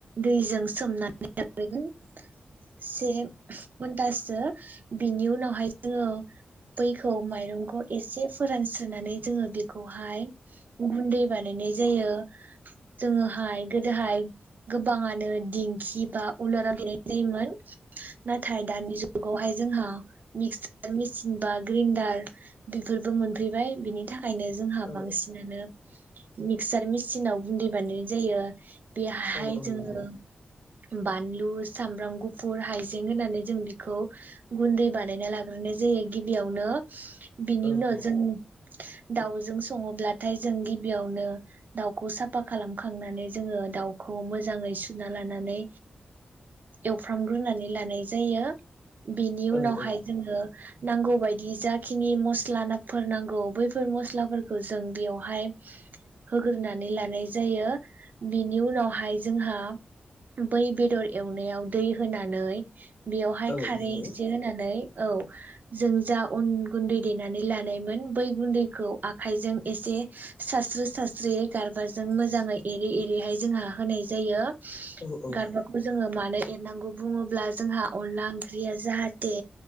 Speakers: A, on the right; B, on the left.
A: दै जों सोमना <unintelligible> से घन्टासो बिनि उनावहाय जोङो बैखौ माइरंखौ एसे फोरानस्रोनानै जोङो बेखौहाय गुन्दै बानायनाय जायो जोङोहाय गोदोहाय गोबाङानो दिं खि बा उलाराव देनाय जायोमोन नाथाय दानि जुगावहाय जोंहा मिक्सार मिसिन बा ग्रिन्डार बेफोर बो मोनफैबाय बिनि थाखायनो जोंहा
B: औ
A: बांसिनानो मिक्सार मिसिनाव गुन्दै बानायनाय जायो बेहाय
B: औ औ
A: जोङो
B: नंगौ
A: बानलु, सामब्राम गुफुर, हाइजें होननानै जों बिखौ गुन्दै बानायना लाग्रो नाय जायो गिबियावनो बिनि
B: औ
A: उनाव
B: औ
A: जों दावजों सङोब्लाथाय जों गिबियावनो दाउखौ साफा खालामखांनानै जोङो दाउखौ मोजाङै सुना लानानै एवफ्रामग्रोनानै लानाय जायो। बेनि उनावहाय
B: औ औ
A: जोङो नांगौ बायदि जाखिनि मस्ला नाफोर नांगौ बैफोर मस्लाफोर खौ जों बेयावहाय होग्रोनानै लानाय जायो । बिनि उनावहाय जोंहा बै बेदर एवनायाव दै होनानै बेवहाय
B: औ नंगौ
A: खारै एसे होनानै औ जों जा अन गुन्दै देनानै लानायमोन बै गुन्दैखौ आखायजों एसे सास्रो सास्रोयै गारबाजों मोजाङै एरै एरैहाय जोंहा होनाय जायो।
B: औ औ
A: गारबाखौ जोङो मा नो एरनांगौ बुङोब्ला जोंहा अनला ओंख्रिया जाहाथे